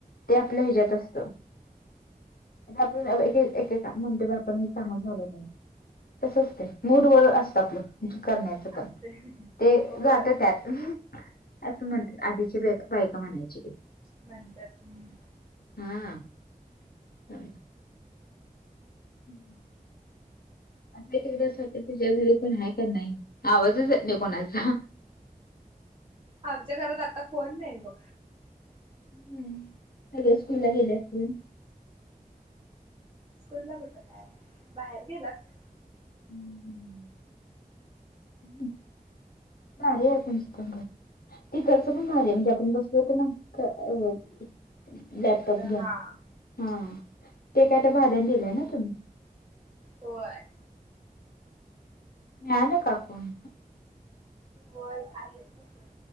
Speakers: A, on the left (about 80°); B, on the right (about 30°).
A: ते आपल्या हेज्यात असत आणि आव हे एकेकदा म्हणतो बा आपण हे चांगलच झाल नाही आहे. तस असतय मूडवर असतं आपलं, करण्याचं पण
B: असते
A: ते
B: होय.
A: जात त्यात असं म्हणत्यात आधीची बा बायका म्हणायची.
B: म्हणतात हम्म.
A: हा आ. हं. <inaudible> एकेकदा अस वाटतय, तुझ्या घरी कोण हाय का नाही आवाजच येत नाही कोणाचा?
B: आमच्या घरात आता कोण नाही बघ.
A: हम्म सगळे स्कूल ला गेले असतील.
B: स्कूलला कुठं काय? बाहेर गेल्यात
A: हम्म हम् <inaudible> कार्य ओपन क कर. ती खर्च पण झाली म्हणजे आपण बसलो होतो ना अ <unintelligible> लॅपटॉप
B: तिकडं
A: द्या
B: हा
A: हा ते काय ते भाड्याने दिलंय ना तुम्ही
B: होय.
A: मिळालं काय कोण?
B: व्हय आलेत की ते